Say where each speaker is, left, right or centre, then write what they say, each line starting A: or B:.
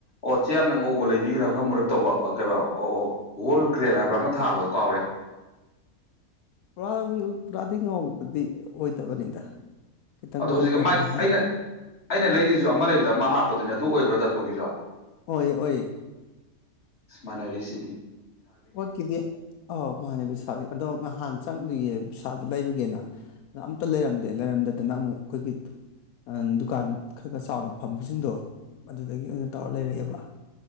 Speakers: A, on the left (about 45°); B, on the left (about 80°).
A: ꯑꯣꯠꯁꯦ ꯌꯥꯝꯅ ꯉꯧꯕ ꯂꯩꯕꯤꯒꯔꯒ ꯃꯔꯨꯔꯨꯞ ꯇꯧꯕ ꯑ ꯀꯩꯕ ꯑ ꯑ ꯑꯣꯜ ꯒ꯭ꯔꯦꯜ ꯍꯥꯏꯕ꯭ꯔꯥ ꯑꯃ ꯊꯥꯕꯗꯣ ꯀꯥꯎꯔꯦ
B: ꯄꯨꯔꯥ ꯕꯅꯤ ꯄꯨꯔꯥꯗꯤ ꯉꯥꯎꯕꯗꯤ ꯑꯣꯏꯗꯕꯅꯤꯗ ꯈꯤꯇꯪ
A: ꯑꯗꯣ ꯍꯧꯖꯤꯛꯀꯤ
B: ꯀꯩꯃꯥꯏ
A: ꯃꯥꯏ
B: ꯍꯥꯏꯅꯤ
A: ꯑꯩꯅ ꯑꯩꯅ ꯂꯩꯔꯤꯁꯨ ꯑꯃ ꯂꯩꯕꯗ ꯑꯃ ꯍꯥꯞꯄꯗꯨꯅ ꯑꯗꯨ ꯑꯣꯏꯕ꯭ꯔꯥ ꯗꯇꯣꯝꯒꯤꯖꯣ
B: ꯑꯣꯏ ꯑꯣꯏ
A: ꯏꯁ ꯃꯥꯅꯔꯤꯁꯤꯗꯤ
B: ꯑꯣꯠꯀꯤꯗꯤ ꯑ ꯃꯥꯅꯦ ꯕꯤꯁꯥꯗꯤ ꯑꯗꯣ ꯅꯍꯥꯟ ꯆꯠꯂꯨꯢꯌꯦ ꯑꯗꯨ ꯂꯩꯔꯨꯒꯦꯅ ꯑꯝꯇ ꯂꯩꯔꯝꯗꯦ ꯂꯩꯔꯝꯗꯗꯅ ꯑꯃꯨꯛ ꯑꯩꯈꯣꯏꯒꯤ ꯑ ꯗꯨꯀꯥꯟ ꯈꯔ ꯆꯥꯎꯅ ꯐꯝꯕꯁꯤꯡꯗꯣ ꯑꯗꯨꯗꯒꯤ ꯑꯣꯏꯅ ꯇꯧꯔ ꯂꯩꯔꯛꯑꯦꯕ